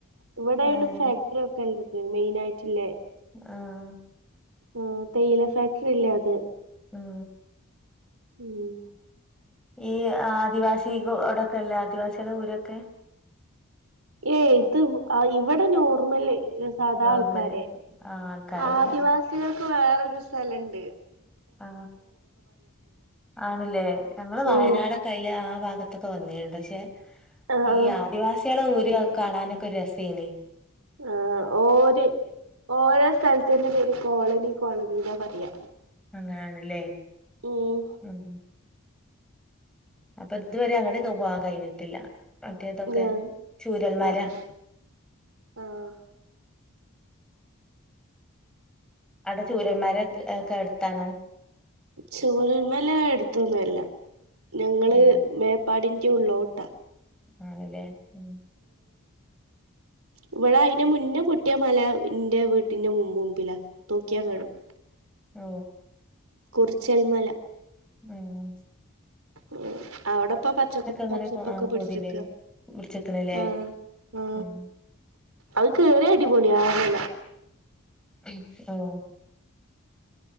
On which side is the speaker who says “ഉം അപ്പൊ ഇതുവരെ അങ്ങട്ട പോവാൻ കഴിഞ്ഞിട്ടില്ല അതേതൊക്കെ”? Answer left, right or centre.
Centre